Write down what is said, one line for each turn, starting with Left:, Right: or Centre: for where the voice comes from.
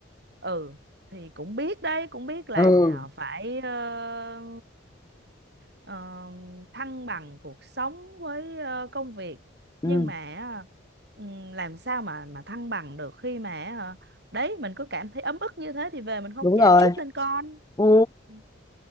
Right: ừ thì cũng biết đấy cũng biết là
Left: ừ
Right: phải ờ, ờ, thăng bằng cuộc sống với ờ, công việc
Left: ừ
Right: nhưng mà ờ, ừm, làm sao mà mà thăng bằng được khi mà ờ, đấy mình cứ cảm thấy ấm ức như thế thì về mình không
Left: đúng
Right: chả
Left: rồi
Right: chút lên con
Left: Ừ,
Right: ừ.